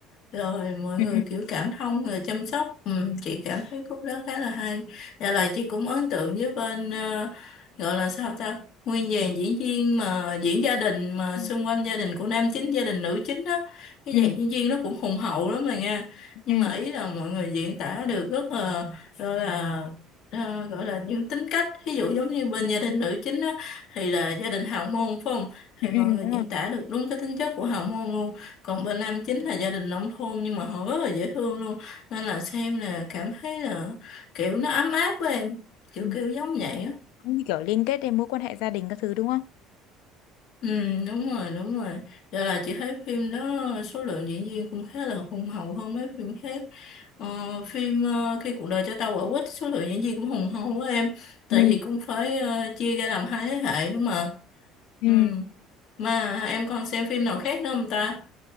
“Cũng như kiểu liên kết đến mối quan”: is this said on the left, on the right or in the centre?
Left